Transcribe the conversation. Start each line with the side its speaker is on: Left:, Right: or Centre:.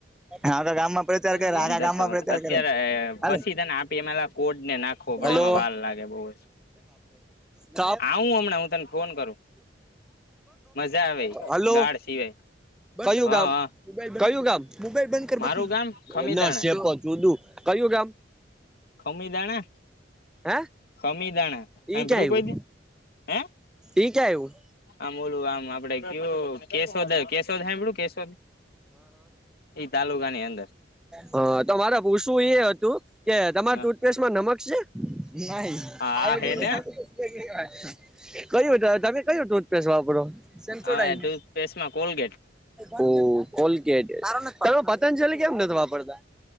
Centre: આખા ગામમાં પ્રચાર
Left: <unintelligible>
Centre: કરે
Left: પંદર
Centre: આખા ગામમાં પ્રચાર
Left: અત્યારે
Centre: કરે હાલે
Left: પછી તને આપ આપી એલા એમાં કોડ ને નાખવો પડે
Centre: હલો
Left: એમાં વાર લાગે બહુ જ. <inaudible>
Centre: <inaudible>
Left: આવું હમણાં હું તને ફોન કરું મજા આવે
Centre: હલો
Left: ગાઢ સિવાય
Centre: કયું
Left: હા
Centre: ગામ?
Left: હા
Centre: કયું ગામ? મોબાઈલ બધં કર
Left: મારું
Centre: બાકી
Left: ગામ ખમીદાણા
Centre: ના સે તો ચોદું. ક્યું ગામ?
Left: ખમી જાને.
Centre: હે?
Left: ખમીદાણા હાંભડયું
Centre: ઈ ક્યાં
Left: કોઈ
Centre: આવ્યું
Left: દી? હે
Centre: ઈ ક્યાં આવ્યું
Left: આમ ઓલું આમ આપ આપણે કયું કેશોદ કેશોદ હાંભડયું કેશોદ ઈ તાલુકાની અંદર.
Centre: હહ તો મારે પુસવુ એ હતું કે તમાર
Left: હા
Centre: <inaudible> ટૂથ પેસ્ટમાં નમક સે? નહીં
Left: હા
Centre: આયોડીન
Left: ને
Centre: હે પેલું. <inaudible> કયું તમે કયું ટુથપેસ્ટ વાપરો? સેનસોડાઈન.
Left: હવે ટૂથપેસ્ટમાં કોલગેટ
Centre: ઓહ! કોલગેટ તમે પતંજલી કેમ નથી વાપરતા?